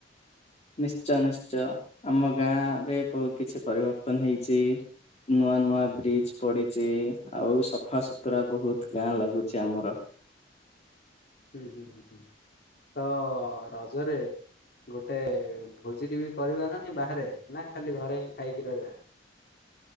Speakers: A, on the left; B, on the left.
A: ନିଶ୍ଚୟ ନିଶ୍ଚୟ ଆମ ଗାଁ ରେ ବହୁତ କିଛି ପରିବର୍ତ୍ତନ ହେଇଛି ନୂଆ ନୂଆ ବ୍ରିଜ ପଡିଛି ଆଉ ସଫା ସୁୁତୁରା ବହୁତ ଗାଁ ଲାଗୁଛି ଆମର
B: ହୁଁ ହୁଁ ହୁଁ। ତ ରଜରେ ଗୋଟେ ଭୋଜି ଟେ ବି କରିବା ନାନି ବାହାରେ ନା ଖାଲି ଘରେ ହିଁ ଖାଇକି ରହିବା।